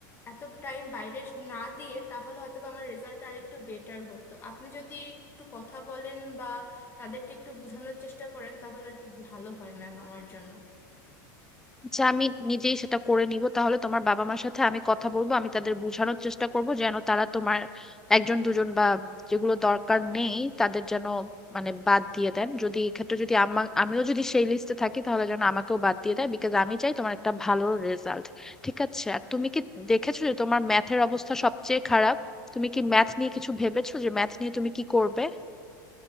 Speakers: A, on the left; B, in the centre.
A: এত টাইম বাইরে না দিয়ে তাহলে হয়তো বা আমার রেজাল্ট আর একটু বেটার হতো আপনি যদি একটু কথা বলেন বা তাদেরকে একটু বোঝানোর চেষ্টা করেন তাহলে আর কি ভালো হয় ম্যাম আমার জন্য
B: যে আমি নিজেই সেটা করে নিব তাহলে তোমার বাবা মার সাথে আমি কথা বলবো আমি তাদের বোঝানোর চেষ্টা করব যেন তারা তোমার একজন দুজন বা যেগুলো দরকার নেই তাদের যেন মানে বাদ দিয়ে দেন যদি এক্ষেত্রে যদি আমা আমিও যদি সেই লিস্টে থাকি তাহলে যেন আমাকেও বাদ দিয়ে দেয় বিকজ আমি চাই তোমার একটা ভালো রেজাল্ট ঠিক আছে আর তুমি কি দেখেছো যে তোমার ম্যাথের অবস্থা সবচেয়ে খারাপ তুমি কি ম্যাথ নিয়ে কিছু ভেবেছো যে ম্যাথ নিয়ে তুমি কি করবে